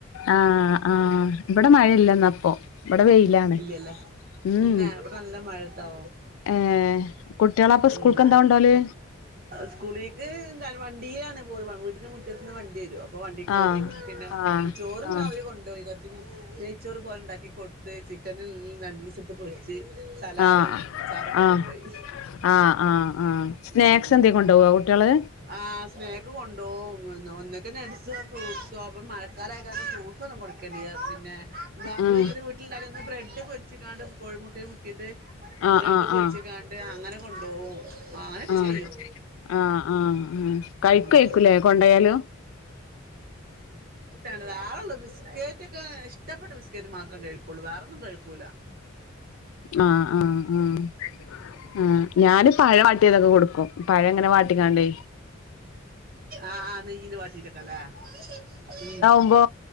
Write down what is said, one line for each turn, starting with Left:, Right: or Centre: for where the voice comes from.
Left: ആഹ് ആഹ് ഇവിടെ മഴയില്ലന്നപ്പോ ഇവിടെ വെയിലാണ്
Right: ഇല്ലലെ
Left: ഉം
Right: അന്നെ ബടെ നല്ല മഴ ട്ടോ.
Left: ഏഹ് കുട്ടികളപ്പൊ സ്കൂൾക്ക്
Right: മ്മ്
Left: എന്താ കൊണ്ടോല്
Right: സ്കൂളീക്ക് ഞാൻ വണ്ടിലാണ് പോയ് വ. വീട്ട്നു മുറ്റത്ത്ന്ന് വണ്ടിരോ ഇപ്പോ വണ്ടീ കേറും
Left: ആഹ്
Right: പിന്നെ
Left: ആഹ്
Right: ചോറിന്ന്
Left: ആഹ്
Right: അവര് കൊണ്ടുപോയി കുറച്ചു നെയ്ച്ചോർ പോലെ ഉണ്ടാക്കിക്കൊടുത്ത്, ചിക്കനിൽ രണ്ടു പീസ് എടുത്ത് പൊരിച്ച് സലാഡും
Left: ആഹ്
Right: അച്ചാർ ഒക്കെ
Left: ആഹ്
Right: കൊണ്ടുപോയി
Left: ആഹ് ആഹ് ആഹ് സ്നാക്സ്
Right: ഉം
Left: എന്തേ കൊണ്ടോവോ കുട്ടികള്
Right: ആഹ് സ്‌നേക്ക് കൊണ്ടുപോകും ഒന്നെക്കെന്ന് അടി ഇച്ച് ഫ്രൂട്ട്സോ അപ്പൊ മഴ ക്കാലായാക്കങ്ങനെ ഫ്രൂട്ട്സ് ഒന്നും കൊടുക്ക ഇല്ല പിന്നെ എന്താ നമ്മള്
Left: ആഹ് ആഹ്
Right: എന്തേലും വീട്ടിൽ ഉണ്ടാക്കുന്ന ബ്ര ഇച്ച് പൊരിച്ചിങ്ങാണ്ട് കോഴിമുട്ടയ് മുക്കിട്ട്
Left: ആഹ്
Right: ബ്രെഡ്
Left: ആഹ് ആഹ്
Right: പൊരിച്ചങ്ങാണ്ട് അങ്ങനെ കൊണ്ടുപോകും. അങ്ങനെയൊക്കെ
Left: ആഹ്
Right: ചെയ്യും
Left: ആഹ് ആഹ് ഉം കഴിക്കുവായിരിക്കൂല്ലേ
Right: ഉം
Left: കൊണ്ടായാലും.
Right: ടെഒരാളുള്ളത് ബിസ്ക്കറ്റ് ഒക്കെ ഇഷ്ടപ്പെട്ട ബിസ്ക്കറ്റ് മാത്രം കഴിക്കുള്ളൂ വേറെയൊന്ന് കഴിക്കൂല്ല.
Left: ആഹ് ആഹ് ആഹ് ഉം ഞാന് ഈ പഴം വാട്ടിയതൊക്കെ കൊടുക്കും പഴം ഇങ്ങനെ വാട്ടിക്കാണ്ട്.
Right: ആഹ് ആഹ് നെയ്യില് വാട്ടിട്ടൊക്കെ ല്ലേ ഉം
Left: മ്പോ